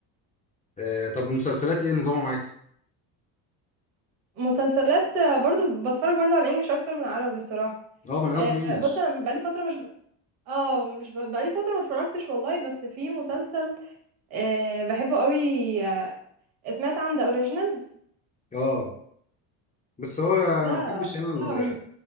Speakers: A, on the left; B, on the right.
A: آه طب المسلسلات ايه نظامها معاك؟
B: مسلسلات آه، برضو بتفرج برضو على الانجليش اكتر من العربي الصراحه
A: اه ما انا
B: آه،
A: قصدي انجلش
B: بص انا بقالي فتره مش اه مش ب... بقالي فترة ما اتفرجتش والله بس في مسلسل آه بحبه قوي آه، سمعت عن ذا اوريجينالز
A: اه بس هو انا
B: ده
A: ما بحبش انا ال-
B: ده رهيب